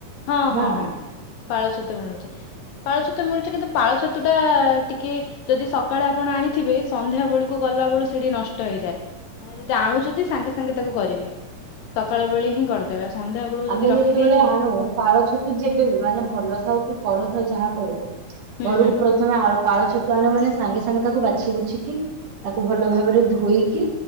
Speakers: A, on the left; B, on the right.
A: ହଁ
B: ନା
A: ହଁ ହଁ ପାଳ ଛତୁ ମିଳୁଛି। ପାଳ ଛତୁ ମିଳୁଛି କିନ୍ତୁ ପାଳ ଛତୁ ଟା ଟିକେ ଯଦି ସକାଳେ ଆପଣ ଆଣିଥିବେ ସନ୍ଧ୍ୟା ବେଳକୁ ଗଲାବେେଳକୁ ସେଠି ନଷ୍ଟ ହେଇଯାଏ। ମାନେ ଯଦି ଆଣୁଛନ୍ତି ସାଙ୍ଗେ ସାଙ୍ଗେ ତାକୁ କରିବେ ସକାଳ ବେଳେ ହିଁ କରିଦେବେ। ତେବେ ସନ୍ଧ୍ୟାବେଳକୁ
B: ଆମେ
A: ଯଦି
B: ଯେତେବେଳେ
A: ରଖିଦେଇଥିବେ।
B: ଆଣୁ ପାଳ ଛତୁ ଯେବେବି ମାନେ ଭଲ ଥାଉକି କଡ଼ ଥାଉ ଯାହା କରୁ
A: ହୁଁ
B: ଘରକୁ
A: ହୁଁ
B: ପ୍ରଥମେ ଆଳୁ ପାଳ ଛତୁ ଆଣିବୁ ମାନେ ସାଙ୍ଗେ ସାଙ୍ଗେ ତାକୁ ବାଛି ବୁଛିକି ତାକୁ ଭଲ ଭାବରେ ଧୋଇକି